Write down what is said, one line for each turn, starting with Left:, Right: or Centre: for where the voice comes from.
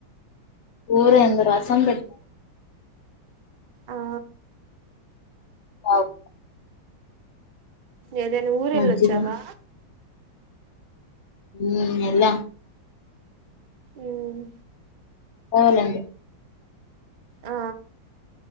Left: కూరయింది రసం పెట్
Right: ఆ
Left: అవ్
Right: ఏదైనా ఊరెళ్ళొచ్చావా
Left: మజ్జిగ ఊమ్ ఎల్లామ్
Right: ఉమ్
Left: అవునండి
Right: ఆ